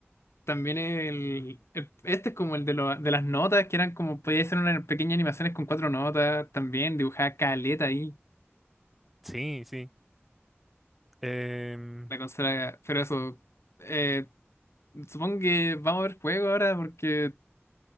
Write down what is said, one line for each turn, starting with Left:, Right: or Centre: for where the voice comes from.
Left: También el, el- este es como el de, lo- de las notas, que eran como, podía ser unas pequeñas animaciones con cuatro notas, también dibujaba caleta ahí,
Centre: Sí, sí. Em,
Left: la consola, pero eso, eh, supongo que vamos a ver juego ahora porque,